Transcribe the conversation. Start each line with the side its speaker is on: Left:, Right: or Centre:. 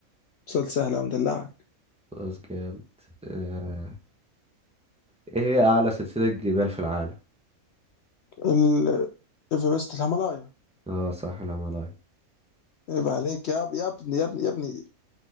Left: سؤال سهل قوي مدلعك
Centre: خلاص جامد آه. ايه هي أعلى سلسلة جبال في العالم؟
Left: ال- ايفرست الهيمالايا
Centre: اه صح الهيمالايا
Left: عيب عليك يا ب- يا ابني يا ابني يا ابني